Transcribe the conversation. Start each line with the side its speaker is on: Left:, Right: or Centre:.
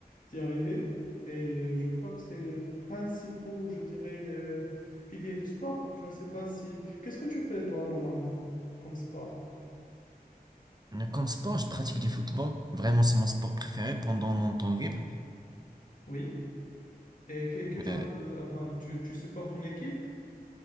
Left: d'y arriver. Et je crois que c'est les principaux, je dirais, euh, piliers du sport. Je ne sais pas si... Qu'est-ce que tu fais, toi, normalement, comme sport?
Right: Euh, Comme sport, je pratique du football. Vraiment, c'est mon sport préféré pendant mon temps libre.
Left: Oui. Et que- quel, genre
Right: Euh,
Left: de... Enfin, tu, tu supportes une équipe?